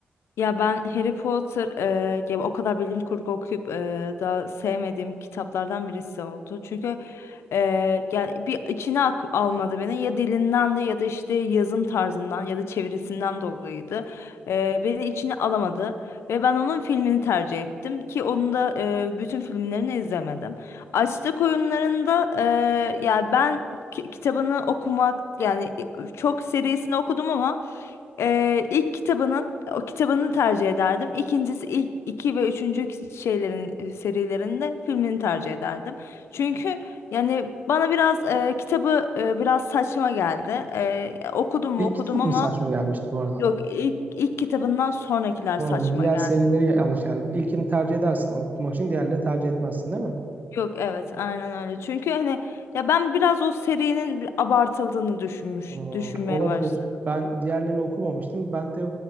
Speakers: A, on the left; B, on the right.
A: Ya ben Harry Potter eee, ya o kadar bilim kurgu okuyup eee da sevmediğim kitaplardan birisi oldu. Çünkü eee, yani bir içine ak- almadı beni ya dilinden de ya da işte yazım tarzından ya da çevirisinden dolayıydı. Eee, beni içine alamadı ve ben onun filmini tercih ettim ki onun da eee, bütün filmlerini izlemedim. Açlık oyunlarında eee ya ben ki- kitabını okumak yani çok serisini okudum ama ee, ilk kitabının o kitabını tercih ederdim. İkincisi ilk iki ve üçüncü ki- şeylerin e, serilerinde filmini tercih ederdim. Çünkü yani bana biraz e, kitabı e, biraz saçma geldi. E, okudum mu
B: İlk
A: okudum
B: kitap
A: ama
B: mı saçma gelmişti bu arada?
A: yok ilk ilk kitabından sonrakiler saçma
B: Hı, diğer
A: geldi.
B: serileri yanlış yani. İlkini tercih edersin okumak için diğerlerini tercih etmezsin değil mi?
A: Yok evet aynen öyle. Çünkü hani ya ben biraz o serinin bir abartıldığını düşünmüş
B: Hmm,
A: düşünmeye
B: olabilir.
A: başladım.
B: Ben diğerlerini okumamıştım. Ben de